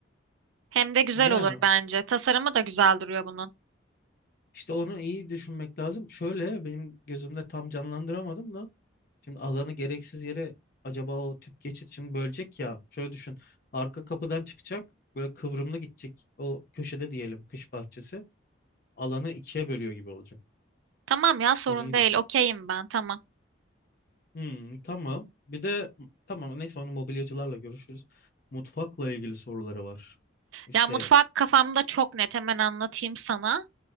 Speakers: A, on the right; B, on the left.
A: Hem de güzel
B: Yani
A: olur bence. Tasarımı da güzel duruyor bunun.
B: işte onu iyi düşünmek lazım. Şöyle benim gözümde tam canlandıramadım da şimdi alanı gereksiz yere acaba o tüp geçit şimdi bölecek ya. Şöyle düşün. Arka kapıdan çıkacak böyle kıvrımlı gidecek o köşede diyelim kış bahçesi alanı ikiye bölüyor gibi olacak.
A: Tamam ya sorun
B: Onu iyi
A: değil.
B: düşün.
A: Okeyim ben tamam.
B: Hmm, tamam. Bir de tamam neyse onu mobilyacılarla görüşürüz. Mutfakla ilgili soruları var. İşte
A: Ya mutfak kafamda çok net hemen anlatayım sana.